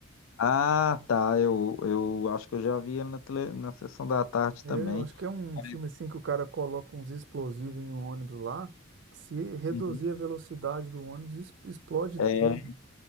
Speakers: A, on the left; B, on the right.
A: Ah, tá. Eu, eu acho que eu já vi ele na, tele, na sessão da tarde
B: É,
A: também.
B: eu acho que é um
A: Parece-
B: filme assim que o cara coloca uns explosivos em um ônibus lá, que se reduzir
A: Uhum.
B: a velocidade do ônibus, es- explode
A: É,
B: tudo.